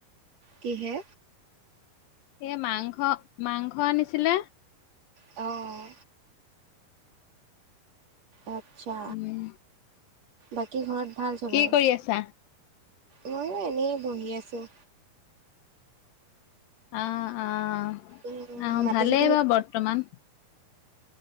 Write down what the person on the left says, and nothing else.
এ মাংস-মাংস আনিছিলে।
উম
কি কৰি আছা
অ' অ',
ভালেই
বাৰু বৰ্তমান।